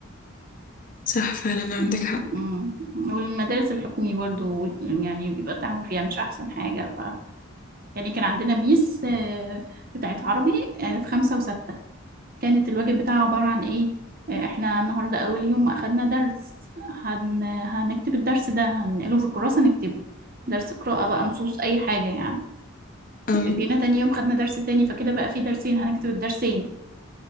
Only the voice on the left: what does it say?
صح فعلا عندك
حق
اه